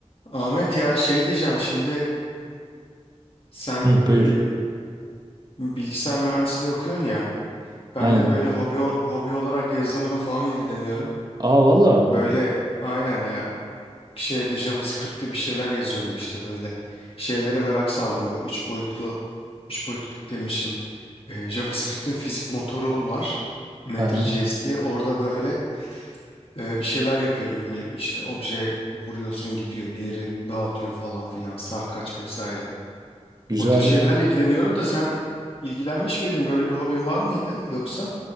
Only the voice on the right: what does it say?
Hı,
buyur.
Aynen.
Aa valla.
Hı hı.
Güzel.